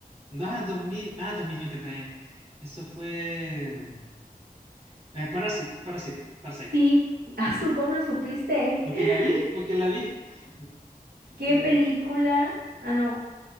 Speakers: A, on the right (about 40°); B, on the right (about 85°).
A: No, dos mil, ah, dos mil veinte eh, Eso fue mm, eh, Parasite, Parasite, Parasite.
B: Sí, <laughs> Azul,
A: Sí, sí.
B: ¿cómo lo supiste?
A: Porque
B: <laughs>
A: la vi, porque la vi. <laughs>
B: ¿Qué
A: Eh,
B: película? Ah, no,